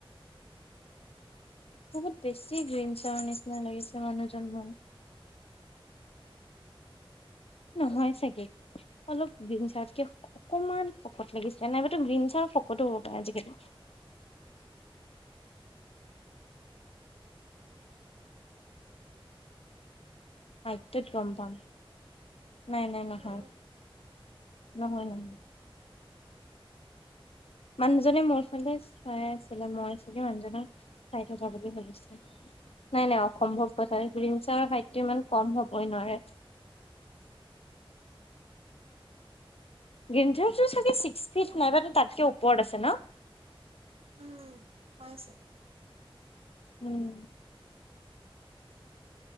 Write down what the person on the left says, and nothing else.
বহুত বেছি গ্ৰীন চাৰৰ নিচিনা লাগিছে মানুহ জন মোৰ। নহয় চাগে, অলপ গ্ৰীণ চাৰতকে অকমান শকত লাগিছে নাইবাতো গ্ৰীণ চাৰ্ সকতো হ'ব পাৰে আজিকালি। হাইত টোত গম পাম। নাই- নাই নহয়।
নহয়- নহয়। মানুহজনে মোৰ ফালে চাইয়ে আছিলে, মই চাগে মানুহজনক চাই থকা বুলি ভাবিলে। নাই-নাই অসম্ভৱ কথা ছাৰৰ হাইটটো ইমান কম হ'বই নোৱাৰে। গ্ৰীন ছাৰটো চাগে চি স্পিত নাইবা টো তাতকে ওপৰত আছে ন।
উম।